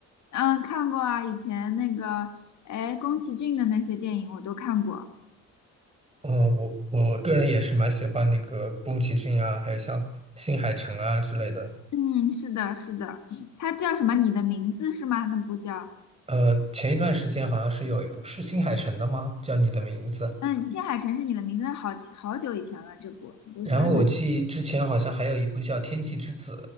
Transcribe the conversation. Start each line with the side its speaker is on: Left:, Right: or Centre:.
Left: 嗯，看过啊，以前那个哎宫崎骏的那些电影我都看过。
Right: 嗯，我我个人也是蛮喜欢那个宫崎骏啊，还有像新海诚啊之类的。
Left: 嗯，是的，是的，它叫什么？你的名字是吗？那部叫。
Right: 呃，前一段时间好像是有一部是新海诚的吗？叫《你的名字》。
Left: 嗯，《青海城市你的名字》好好久以前了，这部不是很
Right: 然后我记之前好像还有一部叫《天气之子》，